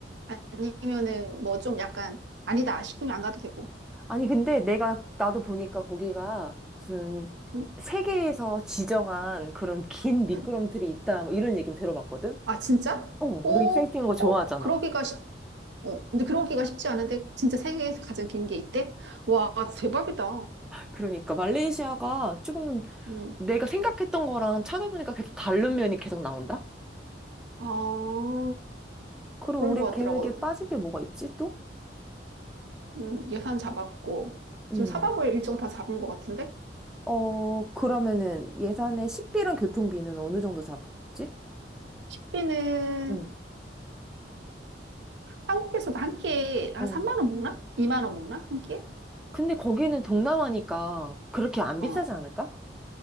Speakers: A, on the right (about 80°); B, in the centre.
A: 아니면은 뭐 좀 약간 아니다 싶으면 안 가도 되고.
B: 아니, 근데 내가, 나도 보니까 거기가 무슨
A: 음,
B: 세계에서 지정한 그런 긴 미끄럼틀이
A: 음.
B: 있다, 뭐 이런 얘기는 들어봤거든?
A: 아 진짜?
B: 어,
A: 오,
B: 너 익사이팅한 거 좋아하잖아.
A: 어, 그러기가 쉽. 어, 근데 그러기가 쉽지 않은데 진짜 세계에서 가장 긴 게 있대? 와 대박이다.
B: 그러니까 말레이시아가 조금
A: 음.
B: 내가 생각했던 거랑 찾아보니까 계속 다른 면이 계속 나온다?
A: 아
B: 그럼
A: 그런
B: 우리
A: 것
B: 계획에
A: 같더라고.
B: 빠진 게 뭐가 있지 또?
A: 음, 예산 잡았고,
B: 음,
A: 지금 사박고일 일정 다 잡은 것 같은데?
B: 어, 그러면은 예산에 식비랑 교통비는 어느 정도 잡았지?
A: 우리는
B: 응.
A: 한국에서도 한 끼에 한
B: 응
A: 3만 원 먹나? 2만 원 먹나? 한 끼에?
B: 근데 거기는 동남아니까 그렇게 안
A: 어.
B: 비싸지 않을까?